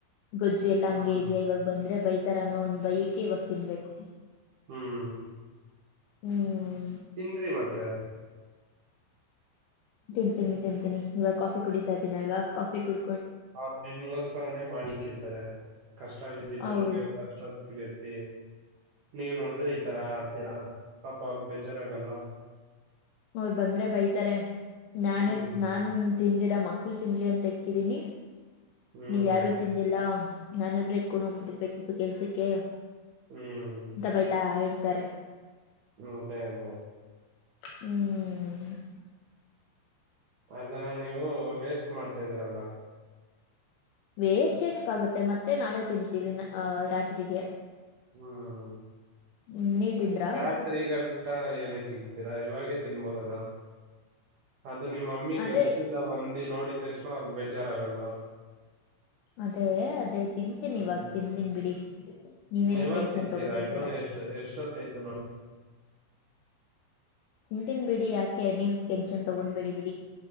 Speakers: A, on the left (about 85°); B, on the right (about 80°).
A: ಗೊಜ್ಜು ಎಲ್ಲಾ ಹಂಗೆ
B: ಹ್ಮ್
A: ಇದ್ಯಾ ಇವಾಗ್ ಬಂದ್ರೆ ಬೈತಾರೆ ನೋ ಒಂದ್ ಬೈಯಕ್ಕೆ ಇವಾಗ ತಿನ್ಬೇಕು
B: ಹ್ಮ್
A: ಹ್ಮ್
B: <unintelligible>
A: ತಿಂತೀನಿ ತಿಂತೀನಿ ಇವಾಗ ಕಾಫಿ ಕುಡಿತಾ ಇದ್ದೀನಲ್ವಾ ಕಾಫಿ ಕುಡ
B: ಅವರು ತಿಂಡಿಗೋಸ್ಕರನೇ ಮಾಡಿಕಿರ್ತಾರೇ ಕಷ್ಟ ಆಗಿದ್ದಿ ಬೆಳಿಗ್ಗೆ
A: ಹೌದು
B: <unintelligible> ನೀವ ನೋಡಿದ್ರೆ ಈ ತರ ಆಡ್ತೀರಾ ಪಾಪ ಅವ್ರಗ್ ಬೇಜಾರ್ ಆಗಲ್ವಾ.
A: ಅವ್ರ್ ಬಂದ್ರೆ ಬೈತಾರೆ ನಾನೇ
B: ಹ್ಮ್
A: ನಾನ್ <unintelligible> ಮಕ್ಳು ತಿನ್ಲಿ ಅಂತ ಇಕ್ಕಿದೀನಿ
B: ಹ್ಮ್
A: ನೀವ್ ಯಾರು ತಿಂದಿಲ್ಲ. ನಾನಾದ್ರೂ ಎತ್ಕೊಂಡ್ ಹೋಗ್ಬಿಟ್ಟಿರ್ಬೇಕಿತ್ತು ಕೆಲ್ಸಕ್ಕೆ ಅಂತ
B: ಹ್ಮ್
A: ಬಯ್ತಾ ಇರ್ತಾರೆ.
B: ಅದೇ ಅದೇ
A: ಹ್ಮ್
B: ಅದನ್ನ ನೀವು ವೇಸ್ಟ್ ಮಾಡ್ತಾ ಇದ್ದೀರಾಅಲಾ.
A: ವೇಸ್ ಏನಕ್ಕ ಆಗುತ್ತೆ ಮತ್ತೆ ನಾವೇ ತಿನ್ಂತೀವಿ <unintelligible> ರಾತ್ರಿಗೆ.
B: ಹ್ಮ್
A: ಹ್ಮ್ ನೀವ್ ತಿಂದ್ರಾ?
B: ರಾತ್ರಿಗಂತ ಏನಕ್ ಇಗ್ತೀರಾ ಇವಾಗೇ ತಿನ್ಬೋದಲ್ಲ. ಅದು ನಿಮ್ಮ್ ಮಮ್ಮಿ
A: ಅದೇ
B: ಕೆಲ್ಸದಿಂದ ಬಂದಿ ನೋಡಿದ್ ತಕ್ಷಣ ಅವ್ರಗ್ ಬೇಜಾರ್ ಆಗಲ್ವಾ
A: ಅದೇ ಅದೇ ತಿಂತಿನ್
B: ಹ್ಮ್
A: ಇವಾಗ ತಿಂತೀನನ್ ಬಿಡಿ. ನೀವೇನಕ್
B: ನೀವಾಗ
A: ಟೆನ್ಷನ್
B: ತಿಂತೀರಾ
A: ತಗೋತಿದ್ದೀರಾ.
B: ಇನ್ನು ಎಷ್ಟ ಎಷ್ಟೊತ್ತಾಯ್ತು ನೋಡಿ
A: ತಿಂತೀನಿ ಬಿಡಿ ಯಾಕ್ ನೀವ್ ಟೆಂಕ್ಷನ್ ತಗೊಂಡ್ಬೇಡಿ ಬಿಡಿ.